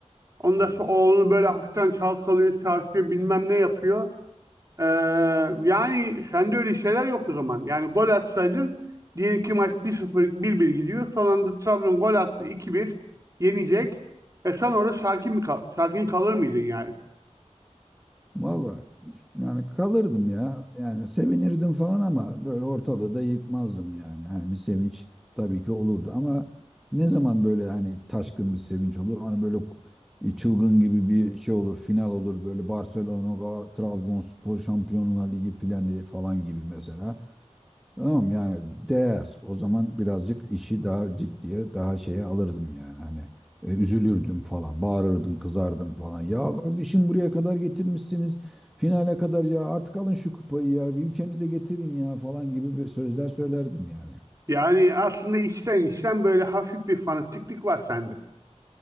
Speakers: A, on the right; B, in the centre.
A: Ondan
B: Ha.
A: sonra oğlunu böyle hafiften çalkalıyor, tartıyor bilmem ne yapıyor. Ee, yani sende öyle şeyler yok o zaman. Yani gol atsaydın diyelim ki maç 1-0 bir bir gidiyor. Son anda Trabzon gol attı 2-1 yenecek. E sen orada sakin mi kal sakin kalır mıydın yani?
B: Valla yani kalırdım ya. Yani sevinirdim falan ama böyle ortalığı da yıkmazdım yani. Hani bir sevinç tabii ki olurdu ama ne zaman böyle hani taşkın bir sevinç olur. Hani böyle çılgın gibi bir şey olur, final olur böyle Barcelona, Gal- Trabzonspor Şampiyonlar Ligi planı falan gibi mesela. Tamam yani değer. O zaman birazcık işi daha ciddiye, daha şeye alırdım yani. Hani e, üzülürdüm falan, bağırırdım, kızardım falan. Ya kardeşim buraya kadar getirmişsiniz. Finale kadar ya artık alın şu kupayı ya. Bir ülkemize getirin ya falan gibi bir sözler söylerdim yani.
A: Yani aslında içten içten böyle hafif bir fanatiklik var sende.